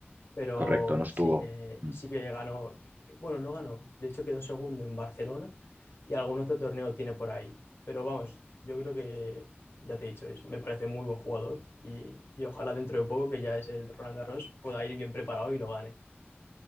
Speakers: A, on the left; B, on the right.
A: pero
B: correcto, no estuvo.
A: sí que,
B: Mm.
A: sí que ganó, bueno, no ganó, de hecho quedó segundo en Barcelona y algún otro torneo tiene por ahí. Pero vamos, yo creo que, ya te he dicho, es- me parece muy buen jugador y, y ojalá dentro de poco, que ya es el Roland Garros, pueda ir bien preparado y lo gane.